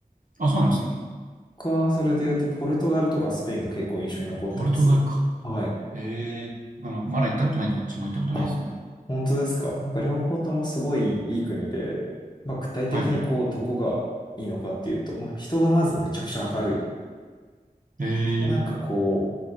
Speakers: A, on the right (about 65°); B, on the left (about 30°).
A: あ、そうなんですね。
B: 僕はそれで言うとポルトガルとかスペインが結構印象に残ってます。
A: ポルトガルか。
B: はい。
A: へえ、あの、まだ行ったことない、どっちも行ったことないですね。
B: あ、本当ですか。なんか両方ともすごいいい国で、まあ具体的にこう、
A: はい。
B: どこがいいのかっていうと、まあ人がまずめちゃくちゃ明るい。
A: へ
B: なんかこ
A: え、